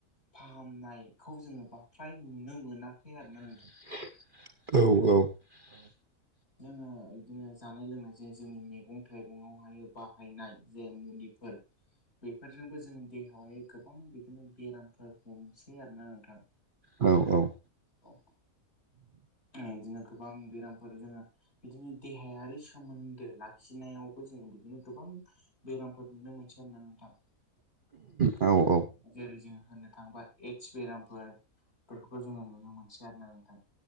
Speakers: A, on the left (about 45°); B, on the right (about 40°).
A: फाहामनायखौ जोङो बा फ्राय नुनो मोनाखै आरो
B: औ औ
A: जोङो बिदिनो जानाय लोंनाय जे जोंनि मैगं थाइगंआवहाय बाहायनाय जे मुलि बेफोरजोंबो जोंनि देहायावहाय गोबां बिदिनो बेरामफोर हमनोसै आरोना नोंथां
B: औ औ
A: औ बिदिनो गोबां बेरामफोर जोङो बिदिनो देहायारि सोमोन्दो लाखिनायावबो जों बिदिनो गोबां बेरामफोर नुनो मोनो से नोंथां
B: औ
A: जेरै जों होननो थाङोबा एद्स बेरामफोर बेफोरखौबो जोङो नुनो मोनसै आरोना नोंथां